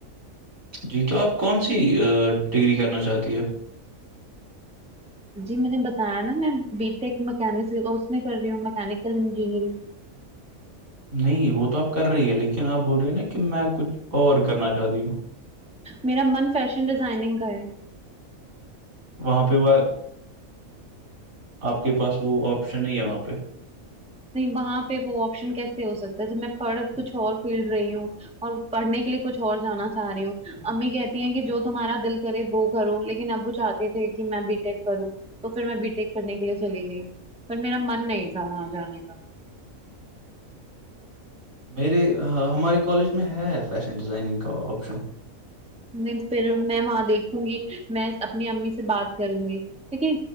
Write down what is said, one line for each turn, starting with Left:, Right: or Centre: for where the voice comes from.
Right: جی تو آپ کون سی ڈگری کرنا چاہتی ہے
Centre: جی میں نے بتایا نا میں بی ٹیک مکینس اس میں کر رہی ہوں مکینیکل انجینئرنگ
Right: نہیں وہ تو آپ کر رہی ہے لیکن آپ بول رہے نا کہ میں کچھ اور کرنا چاہتی ہوں
Centre: میرا من فیشن ڈیزائننگ کر ہے
Right: وہاں پہ وہ آپ کے پاس وہ آپشن نہیں ہے وہاں پہ
Centre: نہیں وہاں پہ وہ آپشن کیسے ہو سکتا ہے تو میں پڑھ کچھ اور فیلڈ رہی ہوں اور پڑھنے کے لیے کچھ اور جانا چاہ رہی ہوں امی کہتی ہیں کہ جو تمہارا دل کرے وہ کرو لیکن اب وہ چاہتے تھے کہ میں بی ٹیک کروں تو پھر میں بیٹیک کرنے کے لیے چلی گئی پر میرا من نہیں تھا وہاں جانے کا
Right: میرے ہمارے کالج میں ہے فیشن ڈیزائننگ کا آپشن
Centre: نہیں پھر میں وہاں دیکھوں گی میں اپنی امی سے بات کروں گی ٹھیک ہے